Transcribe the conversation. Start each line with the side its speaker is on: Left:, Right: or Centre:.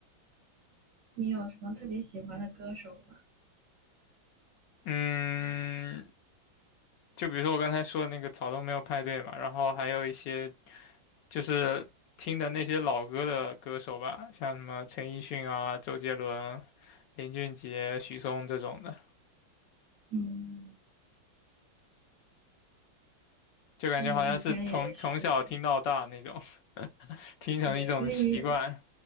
Right: 你有什么特别喜欢的歌手吗？
Left: 嗯，就比如说我刚才说的那个草东没有派对嘛，然后还有一些就是听的那些老歌的歌手吧，像什么陈奕迅啊、周杰伦、林俊杰、许嵩这种的，
Right: 嗯，
Left: 就感觉好像是从从小听到大那种，
Right: 我以前也是，
Left: <laughs> 听成一种习惯。
Right: 对，所以你